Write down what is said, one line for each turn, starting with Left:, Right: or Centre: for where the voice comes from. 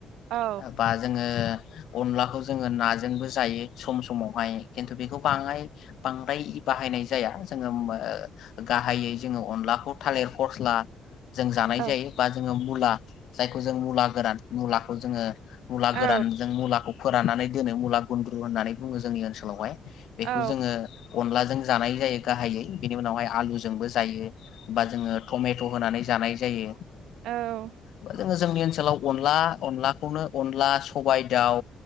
Right: औ
Left: बा जोङो अनलाखौ जोङो ना जोंबो जायो सम समावहाय खिन्थु बेखौ बाङाय बांद्राय बाहायनाय जाया जोङो ओ गाहायै जोङो अनलाखौ थालिर फस्ला जों जानाय
Right: औ
Left: जायो बा जोङो मुला जायखौ जों मुला गोरान मुला खौ जोङो मुला
Right: औ
Left: गोरानजों मुलाखौ फोराननानै दोनो मुला गुन्द्रु होननानै बुङो जोंनि ओनसोलावहाय। बेखौ
Right: औ
Left: जोङो अनलाजों जानाय जायो गाहायै बिनि उनावहाय आलुजोंबो जायो। बा जोङो टमेट होनानै जानाय जायो।
Right: औ
Left: बा जोङो जोंनि ओनसोलाव अनला अनलाखौनो अनला सबाइ दाउ